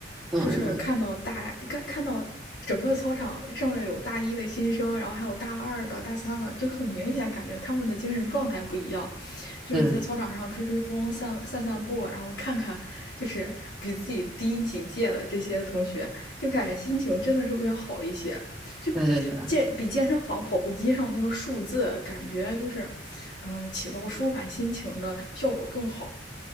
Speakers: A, in the centre; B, on the left (about 75°).
A: 嗯嗯
B: 就是看到大看看到整个操场上面有大一的新生，然后还有大二的、大三的，就很明显感觉他们的精神状态不一样。就是在操场上吹吹风、
A: 嗯，嗯，
B: 散散散步，然后看看就是比自己低几届的这些同学，就感觉心情真的是会好一些。就
A: 对对对，
B: 健比健身房跑步机上那个数字，感觉就是，呃，起到舒缓心情的效果更好。